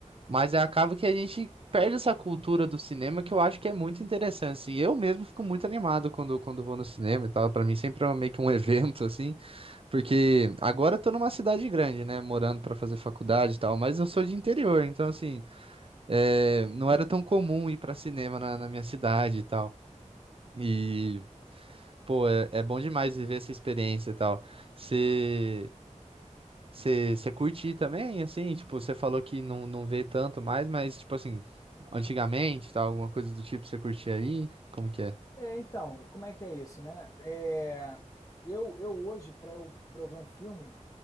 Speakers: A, on the right; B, on the left.
A: Mas é acaba que a gente perde essa cultura do cinema que eu acho que é muito interessante, assim. Eu mesmo fico muito animado quando, quando vou no cinema e tal. Pra mim sempre é um, meio que um <laughs> evento, assim. Porque agora eu tô numa cidade grande, né? Morando pra fazer faculdade e tal. Mas eu sou de interior, então, assim, é, não era tão comum ir pra cinema na, na minha cidade e tal. E, pô, é, é bom demais viver essa experiência e tal. Você. Você você curte também, assim? Tipo, você falou que não, não vê tanto mais, mas, tipo assim, antigamente, tal, alguma coisa do tipo, você curtia aí? Como que é?
B: É, então, como é que é isso, né? É, eu, eu hoje, para eu, para eu ver um filme.